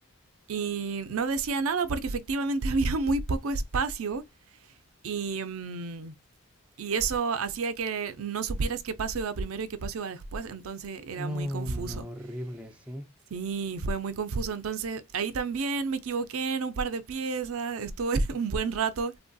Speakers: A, on the right (about 70°); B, in the centre.
A: Y no decía nada porque efectivamente <laughs> había muy poco espacio y, mm, y eso hacía que no supieras qué paso iba primero y qué paso iba después, entonces era
B: No,
A: muy confuso.
B: no, no, horrible, sí,
A: Sí, fue muy confuso. Entonces ahí también me equivoqué en un par de piezas, estuve <laughs> un buen rato